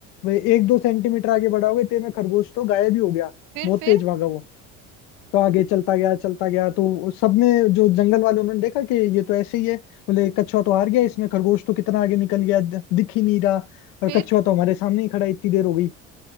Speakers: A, on the left; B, on the right.
A: वे एक दो सेंटीमीटर आगे बढ़ा होगा इतने में खरगोश तो गायब ही हो गया
B: फिर
A: बहुत
B: फिर
A: तेज भागा वो तो आगे चलता गया चलता गया तो सबने जो जंगल वाले उन्होंने देखा कि ये तो ऐसे ही है बोले कछुआ तो हार गया इसमें खरगोश तो कितना आगे निकल गया द- दिख ही नहीं रहा और
B: फिर
A: कछुआ तो हमारे सामने ही खड़ा है, इतनी देर हो गई